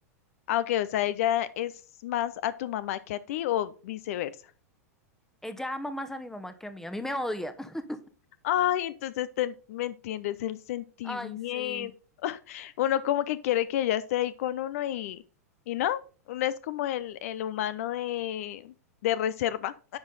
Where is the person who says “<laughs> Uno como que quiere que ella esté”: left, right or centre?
Left